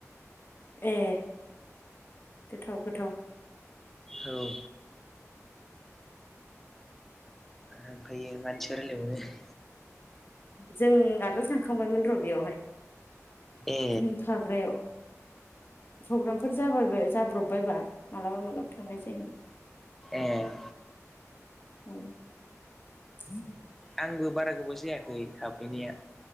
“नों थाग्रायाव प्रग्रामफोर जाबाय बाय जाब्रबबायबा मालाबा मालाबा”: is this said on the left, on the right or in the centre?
Left